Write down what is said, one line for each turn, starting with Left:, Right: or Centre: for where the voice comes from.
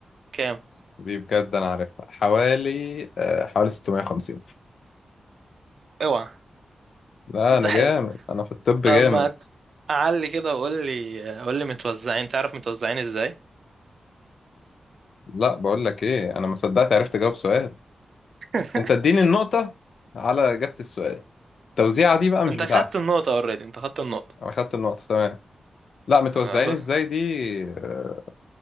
Right: كام
Left: دي بجد انا عارفها حوالي آه، حوالي 650
Right: اوعى
Left: لا
Right: ده
Left: انا
Right: حلو
Left: جامد انا في الطب
Right: طب
Left: جامد
Right: ما اعلي كده وقول لي قول لي متوزعين تعرف متوزعين ازاي
Left: لا بقول لك ايه انا ما صدقت عرفت اجاوب سؤال
Right: <laughs>
Left: انت اديني النقطة على اجابة السؤال التوزيعة دي بقى مش
Right: انت
Left: بتاعتي
Right: خدت النقطة اوريدي انت خدت النقطة
Left: انا خدت النقطة تمام لا متوزعين
Right: أه، بس
Left: ازاي دي آه،